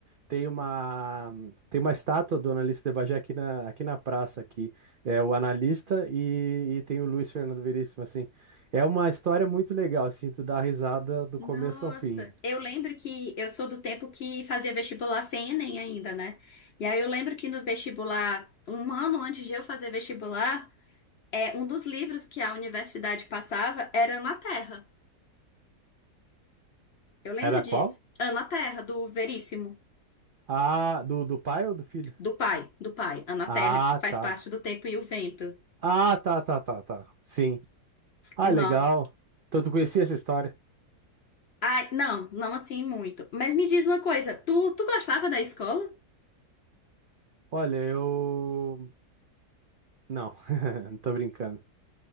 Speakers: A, on the right (about 80°); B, on the left (about 50°).
A: Tem uma, tem uma estátua do analista de Bagé aqui na, aqui na praça, aqui. É o analista e, e tem o Luiz Fernando Veríssimo, assim. É uma história muito legal, assim, tu dá risada do
B: Nossa,
A: começo ao fim.
B: eu lembro que eu sou do tempo que fazia vestibular sem Enem ainda, né? E aí eu lembro que no vestibular, um ano antes de eu fazer vestibular, é um dos livros que a universidade passava era Ana Terra. Eu lembro
A: Era
B: disso.
A: qual?
B: Ana Terra, do Veríssimo,
A: Ah, do, do pai ou do filho?
B: do pai, do pai, Ana
A: Ah,
B: Terra, que faz
A: tá.
B: parte do Tempo e o Vento.
A: Ah, tá, tá, tá, tá. Sim. Ah,
B: Nossa.
A: legal. Então tu conhecia essa história?
B: Ai, não, não assim muito. Mas me diz uma coisa, tu, tu gostava da escola?
A: Olha, eu... Não, <laughs> não tô brincando.